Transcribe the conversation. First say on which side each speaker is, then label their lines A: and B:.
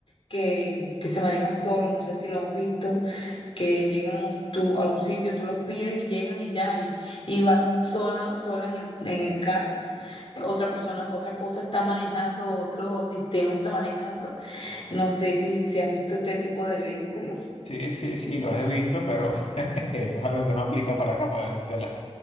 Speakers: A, on the left (about 55°); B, on the left (about 75°).
A: que, que se manejan solos, no sé si lo has visto que llegan a un, tú- a un sitio, tú los pides y llegan y ya, y, y vas sola, sola en el, en el carro. Otra persona, otra cosa está manejando, otro sistema está manejando. No sé si, si has visto este tipo de vehículo.
B: Sí, sí, sí, los he visto, pero <laughs> eso es algo que no aplica para acá, para Venezuela.